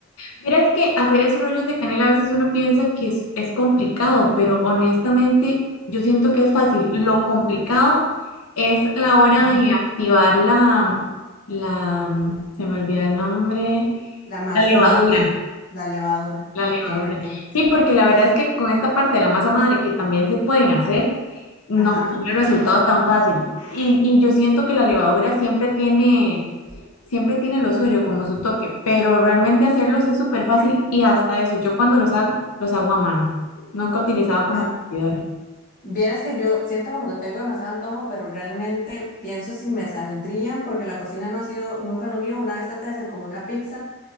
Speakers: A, on the left; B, on the left.
A: Verás que hacer esos rollos de canela a veces uno piensa que es, es complicado, pero honestamente yo siento que es fácil. Lo complicado es la hora
B: Ajá.
A: de activar la, la, se me olvida el nombre,
B: La masa
A: la levadura.
B: madre, la levadura.
A: La
B: Ok,
A: levadura.
B: ok.
A: Sí, porque la verdad es que con esta parte de la masa madre que también se pueden hacer, no
B: Ajá.
A: tiene el resultado tan fácil. Y, y yo siento que la levadura siempre tiene, siempre tiene lo suyo como su toque, pero realmente hacerlos es súper fácil y hasta eso, yo cuando los hago, los hago a mano. Nunca he utilizado como
B: Ajá.
A: batidora.
B: Vieras que yo siento como que tengo demasiado antojo, pero realmente pienso si me saldrían porque la cocina no ha sido nunca lo mío. Una vez traté de hacer como una pizza